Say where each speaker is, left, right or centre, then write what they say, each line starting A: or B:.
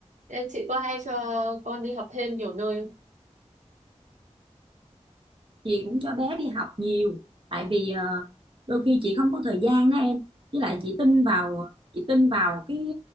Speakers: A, on the right (about 80°); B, on the right (about 45°).
A: Em chị có hay cho con đi học thêm nhiều nơi không?
B: chị cũng cho bé đi học nhiều tại vì ờ, đôi khi chị không có thời gian đó em với
A: Ừ.
B: lại chị tin vào chị tin vào cái